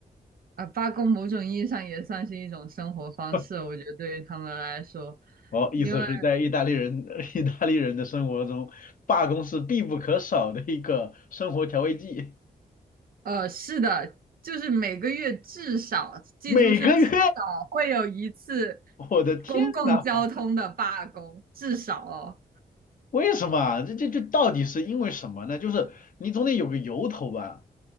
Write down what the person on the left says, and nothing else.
<laughs>
哦，意思是在意大利人
<laughs> 意大利人的生活中，罢工是必不可少的一个生活调味剂，
每个月。我的天呐，
为什么啊？这这这到底是因为什么呢？就是你总得有个由头吧？